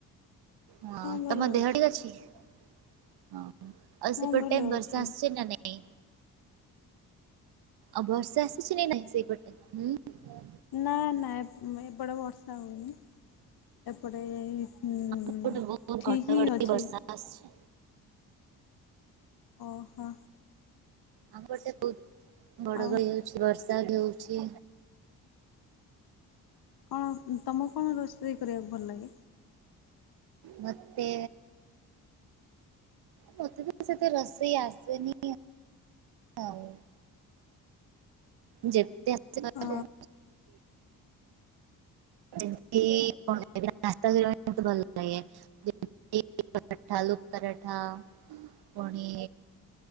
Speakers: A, on the right; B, on the left.
A: ହଁ
B: ଭଲ
A: ତମ ଦେହଟି
B: ଅଛି।
A: ଠିକ ଅଛି। ଆଉ
B: ହଁ
A: ସେପଟେ
B: ଭଲ
A: ବର୍ଷା
B: ଅଛି
A: ଆସୁଚି ନା ନାଇଁ। ଆଉ ବର୍ଷା ଆସୁଚି ନାଇଁ ସେଇପଟେ ହୁଁ।
B: ନାଁ ନାଁ ଏପ-ଏପଟେ ବର୍ଷା ହୋଉନି ଏପଟେ ହୁଁ ହୁଁ
A: ଏପଟେ ବହୁତ
B: ଠିକ
A: ଘଡଘଡି
B: ହିଁ ଅଛି।
A: ବର୍ଷା ଆସୁଛି।
B: ଓ ହୋ।
A: ଆମ ପଟେ ବୋହୁତ ଘଡ଼ଘଡ଼ି
B: ଆଉ
A: ହୋଉଚି ବ ର୍ଷା ବି ହୋଉଚି।
B: କଣ ତମକୁ କଣ ରୋଷେଇ କରିବାକୁ ଭଲ ଲାଗେ?
A: ମତେ ମତେ ତ ସେତେ ରୋଷେଇ ଆସେନି ଆଉ ଯେତେ ଆ <unintelligible>
B: ଅ
A: ଯେମିତି <inaudible> ଭାତ ମତେ ଭଲ ଲାଗେ <inaudible> ପରାଠା ଆଲୁ ପରାଠା ପୁଣି